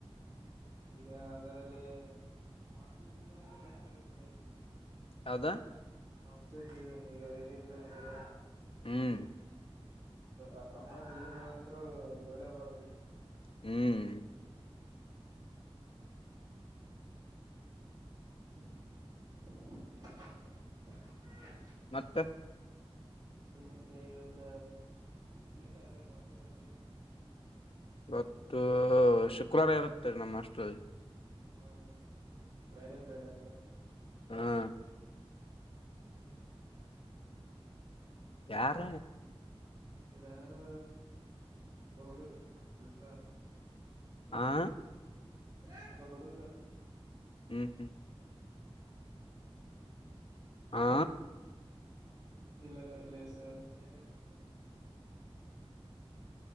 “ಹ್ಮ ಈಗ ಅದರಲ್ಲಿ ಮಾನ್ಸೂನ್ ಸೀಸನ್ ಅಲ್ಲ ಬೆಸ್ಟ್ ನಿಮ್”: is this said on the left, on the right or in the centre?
Right